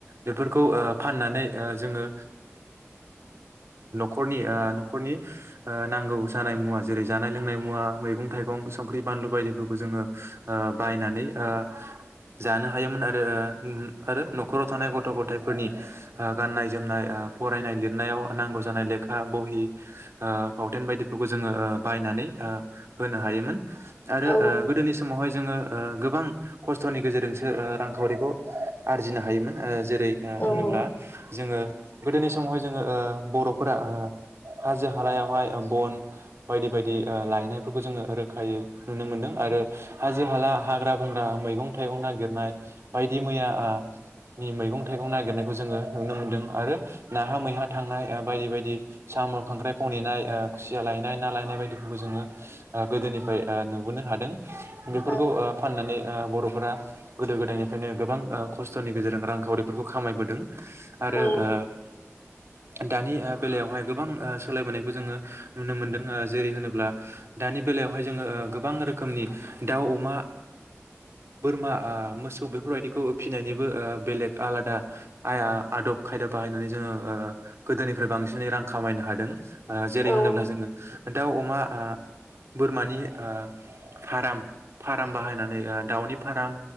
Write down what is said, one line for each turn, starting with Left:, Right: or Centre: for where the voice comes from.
Right: बेफोरखौ ओ फाननानै ओ जोङो। खरनि ओ न'खरनि ओ नांगौ जानाय मुवा जेरै जानाय लोंनाय मुवा मैगं थाइगं संख्रि बानलु बायदिफोरखौ जोङो ओ बायनानै ओ जानो हायोमोन आरो आरो न'राव थानाय गथ' गथायफोरनि ओ गाननाय जोमनाय ओ फरायनाय लिरनायाव नांगौ जानाय लेखा बहि ओ फावथेन बायदिफोरखौ जोङो ओ बायनानै ओ होनो हायोमोन। आरो
Left: औ
Right: ओ गोदोनि समावहाय ओ गोबां खस्थ'नि गेजेरजोंसो ओ रांखावरिखौ आरजिनो हायोमोन ओ जेरै ओ
Left: औ
Right: होनोब्ला जोङो गोदोनि समावहाय जोङो ओ बर' फोरा ओ हाजो हालायावहाय बन बायदि बायदि ओ लायनायफोरखौ जोङो रोखायै नुनो मोन्दों आरो हाजो हाला हाग्रा बंग्रा मैगं थाइगं नागिरनाय दि मैया ओ मैगं थाइगं नागिरनाय खौ जोङो नुनो मोन्दों आरो नाहा मैहा थांनाय ओ बायदि बायदि। साम' खांख्राइ खनहैनाय ओ खुसिया लायनाय ना लायनाय बायदि जोङो ओ गोदोनिफ्राय ओ नुबोनो हादों। बेफोरखौ
Left: ओं
Right: ओ फाननानै ओ बर'फोरा गोदो गोदायनिफ्रायनो गोबां ओ खस्थ'नि गेजेरजों रांखावरिफोरखौ खामायबोदों। आरो
Left: ओं औ
Right: ओ दानि बेलायावहाय गो गोबां ओ सोलायबोनायखौ जोङो नुनो मोनदों जेरै होनोब्ला दानि बेलायावहाय जोङो गोबां रोखोमनि दाउ अमा बोरमा ओ मोसौ बेफोरबायदिखौ फिनायनिबो ओ बेलेग आलादा आइ आदब खायदा बाहायनानै जोङो ओ गोदोनिफ्राय बांसिनै रां खामायनो हादों। ओ जेरै
Left: औ
Right: होनोब्ला जोङो दाउ अमा ओ बोरमानि फाराम। फाराम बाहायनानै दाउनि फाराम।